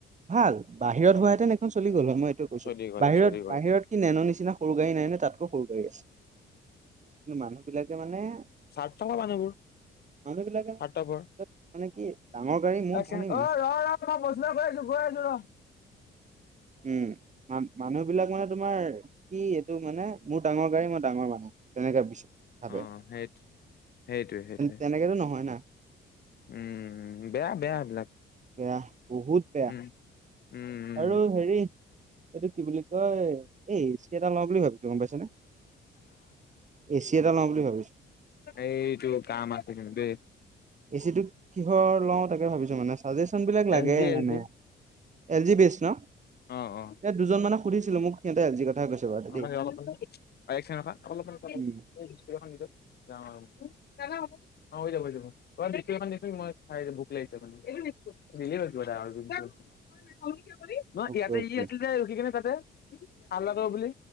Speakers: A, on the right (about 35°); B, on the left (about 55°).
A: ভাল বাহিৰত
B: উম
A: হোৱাহেঁতেন এইখন চলি গ'ল হয় মই এইটো কৈছো
B: চলি গ'লে
A: বাহিৰত
B: চলি গ'লে
A: বাহিৰত
B: চলি
A: কি। নেন' নিচিনা সৰু গাড়ী নাই নে তাতকৈ সৰু গাড়ী আছে কিন্তু মানুহ বিলাকে মানে।
B: স্বাৰ্থপৰ মানুহবোৰ।
A: মানুহবিলাকে
B: স্বাৰ্থপৰ
A: মানে কি ডাঙৰ গাড়ী মই
B: আচ্ছা
A: ধনী মানুহ।
B: অ ৰ ৰ মই প্ৰশ্ন কৰি আছোঁ গৈ আছোঁ ৰহ।
A: উম মা। মানুহ বিলাক মানে তোমাৰ কি এইটো মানে মোৰ ডাঙৰ গাড়ী মই ডাঙৰ মানুহ তেনেকে বিছে। ভাবে
B: অ সেই সেইটোৱে সেইটোৱে
A: তেনেকেতো নহয় না।
B: উম বেয়া বেয়া এইবিলাক।
A: বেয়া বহুত বেয়া
B: উম উম উম
A: আৰু হেৰি। এইটো কি বুলি কয় এই এচি এটা লওঁ বুলি ভাবিছো গম পাইছে নে। এচি এটা লওঁ বুলি ভাবিছো।
B: এই তোৰ কাম আছে কিন্তু দে।
A: এচিটো কিহৰ লওঁ তাকে ভাবিছো মানে চাজেচন বিলাক লাগে
B: এল জি এল
A: মানে।
B: জি
A: এল জি বেছ ন।
B: অঁ অঁ।
A: ইয়াত দুজন মানক সুধিছিলো মোক সিহঁতে এল জি কথা কৈছে বাৰু
B: অলপমান
A: দেই।
B: অলপমান এক চেকেণ্ড ৰখা আৰু অলপমান পাতল
A: উম
B: এই বিস্কুত এখন দি দিয়ক যাওঁ আৰু দাদা হ'বগে। অ হৈ যাব হৈ যাব। অ বিস্কুত এখন দিয়ক চোন মই খাই ভোক লাগিছে মানে এইটো বিস্কুত দিলে হ'ল কিবা এটা আৰু তই নেখাৱ বুলি কিয় কলি নহয়
A: অকে
B: ইয়াতে
A: অকে
B: ই আছিল যে ৰখি কিনে তাতে ভাল লগৰ বুলি।